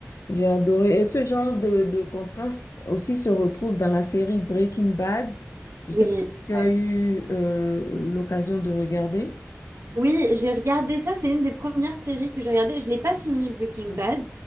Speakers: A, on the left (about 90°); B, on the right (about 80°).
A: J'ai adoré. Et ce genre de, de contraste aussi se retrouve dans la série Breaking Bad. Je
B: Oui.
A: sais pas si tu as
B: ouais.
A: eu euh, l'occasion de regarder.
B: Oui, j'ai regardé ça, c'est une des premières séries que j'ai regardées. Je l'ai pas fini Breaking
A: Mm.
B: Bad,